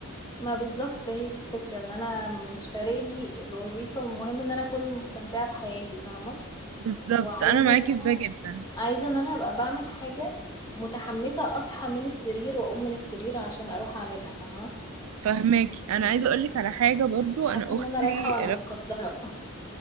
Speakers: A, on the left; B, on the right.
A: ما بالظبط هي دي الفكرة ان انا مش فارق لي الوظيفة المهم ان انا اكون مستمتعة بحياتي فاهمة
B: بالظبط
A: وعايزة
B: انا معاكي
A: ان انا
B: في ده جدا
A: عايزة ان انا ابقى بعمل حاجة متحمسة اصحى من السرير واقوم من السرير عشان اروح اعملها فاهمة
B: فهماكي انا
A: مش
B: عايزه
A: حاسة
B: اقولك على حاجه برضو
A: مش حاسة
B: انا اختي
A: ان انا رايحة وانا متقدرة